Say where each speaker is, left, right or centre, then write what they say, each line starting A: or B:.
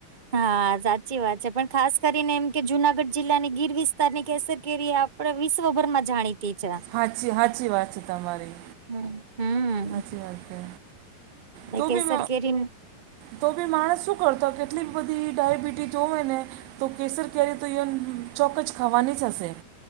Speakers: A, on the right; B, on the right.
A: હા સાચી વાત છે પણ ખાસ કરીને એમ કે જુનાગઢ જિલ્લાની ગીર વિસ્તારની કેસર કેરી આપ આપણે વિશ્વભરમાં જાણીતી છે
B: હાચી હાચી વાત છે તમારી.
A: હમ. હમ
B: હાચી વાત છે તું
A: કેસર
B: ભી
A: કેરી
B: તો બી માણસ શું કરતો કેટલી બધી ડાયબિટીસ હોવે ને તો કેસર કેરી તો ચોક્ક જ ખાવાની જ હશે.